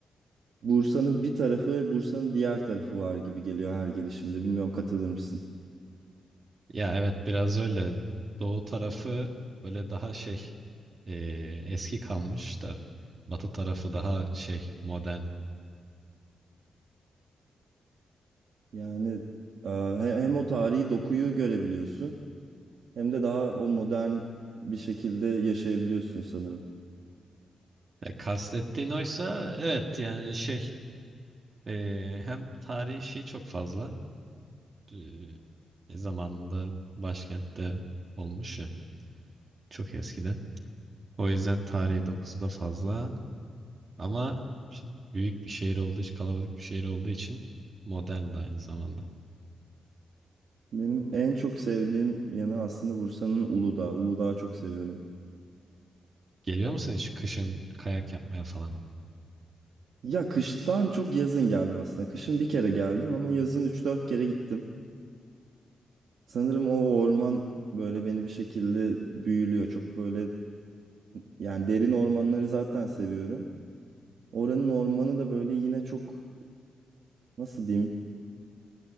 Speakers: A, on the right (about 65°); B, on the right (about 35°).
A: Bursa'nın bir tarafı ve Bursa'nın diğer tarafı var gibi geliyor her gelişimde. Bilmiyorum katılır mısın?
B: Ya evet biraz öyle. Doğu tarafı böyle daha şey e, eski kalmış da batı tarafı daha şey modern.
A: Yani e, he- hem o tarihi dokuyu görebiliyorsun hem de daha o modern bir şekilde yaşayabiliyorsun sanırım.
B: E, kastettiğin oysa evet yani şey e, hem tarihi şey çok fazla. E, e, zamanında başkentte olmuş ya çok eskiden. O yüzden tarihi dokusu da fazla. Ama şimdi büyük bir şehir olduğu için, kalabalık bir şehir olduğu için modern de aynı zamanda.
A: Benim en çok sevdiğim yanı aslında Bursa'nın Uludağ. Uludağ'ı çok seviyorum.
B: Geliyor musun hiç kışın kayak yapmaya falan?
A: Ya kıştan çok yazın geldim aslında. Kışın bir kere geldim ama yazın üç dört kere gittim. Sanırım o orman böyle beni bir şekilde büyülüyor. Çok böyle yani derin ormanları zaten seviyorum. Oranın ormanı da böyle yine çok nasıl diyeyim